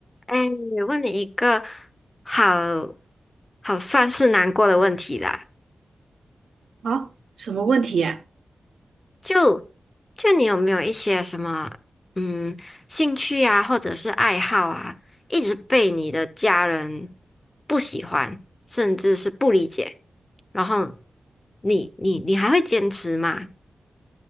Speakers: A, on the left; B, on the right.
A: 哎，问你一个好好算是难过的问题啦，
B: 啊，什么问题呀、
A: 就就你有没有一些什么嗯兴趣啊，或者是爱好啊，一直被你的家人不喜欢，甚至是不理解，然后你你你还会坚持吗？